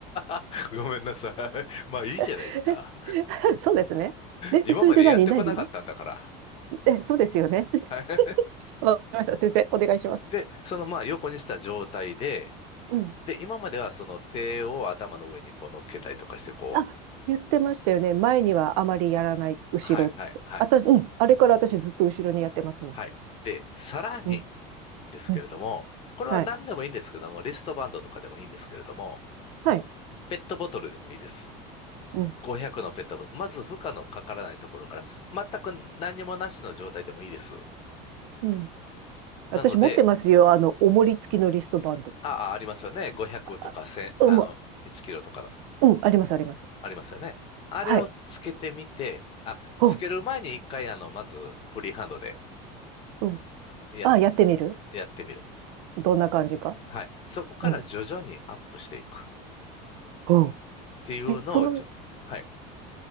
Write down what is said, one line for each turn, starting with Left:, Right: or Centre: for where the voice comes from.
Left: <laughs> ごめんなさい。<laughs> まあいいじゃないですか。
Right: <laughs> そうですね。で、
Left: 今までやってこなかったんだから。
Right: えそれで何何え、そうですよね。<laughs>
Left: はい
Right: わかりました。先生、お願いします。
Left: で、そのまあ横にした状態で、
Right: うん。
Left: で、今まではその手を頭の上にこう乗っけたりとかして、こう、
Right: あ、言ってましたよね。前にはあまりやらない、後ろって。
Left: はい、はい、はい、
Right: あた、うん。あれから私ずっと後ろにやってますもん。
Left: はい。で、さらに
Right: うん。
Left: ですけれども、
Right: うん。
Left: これは何でもいいんですけども、
Right: はい。
Left: リストバンドとかでもいいんですけれども、
Right: はい。
Left: ペットボトルでもいいです。
Right: うん。
Left: 500のペットボトル、まず負荷のかからないところから、全く何にもなしの状態でもいいです。
Right: うん。
Left: なので、
Right: 私持ってますよ。あの、おもり付きのリストバンド。
Left: ああ、ありますよね。500とか1あの、
Right: あうん、も
Left: 1キロとかの、
Right: ううん、あります、あります。
Left: ありますよね。あれをつけてみて、
Right: はい。
Left: あ、
Right: うん、
Left: つける前に一回、あの、まずフリーハンドで、
Right: うん。
Left: やっ
Right: あ、やってみる
Left: やってみる。
Right: どんな感じか。
Left: はい。そこから徐々にアップしていくっ
Right: うん、うん。
Left: ていうのをちょ、
Right: え、その、
Left: はい、